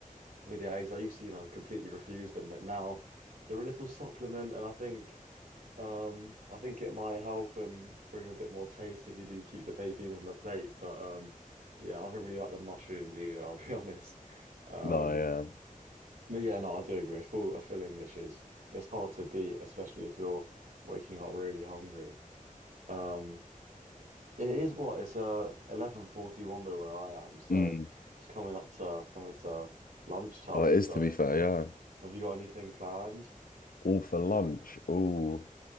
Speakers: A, on the right; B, on the left.
A: with your eggs. I used to, you know, completely refuse them, but now they're a little supplement, and I think. Um, I think it might help and bring a bit more taste if you do keep the baked beans on the plate. But um, yeah, I don't really like the mushrooms either, I'll be <laughs> honest. Um,
B: No, yeah.
A: but yeah, no, I do agree. A full, a full English is it's hard to beat, especially if you're waking up really hungry. Um, it is what it's uh 11:41 though where I am, so
B: Mm.
A: it's coming up to coming to lunchtime.
B: Oh, it is
A: So
B: to be fair, yeah.
A: have you got anything planned?
B: All for lunch. Ooh.